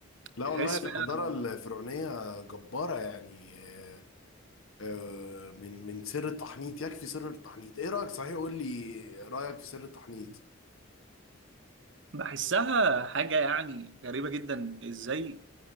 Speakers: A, on the left; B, on the right.
A: لا
B: تحس
A: والله الحضارة
B: فعلا
A: الفرعونية جبارة يعني آه، آه، من من سر التحنيط يكفي سر التحنيط ايه رأيك صحيح قول لي رأيك في سر التحنيط
B: بحسها حاجة يعني غريبة جدا ازاي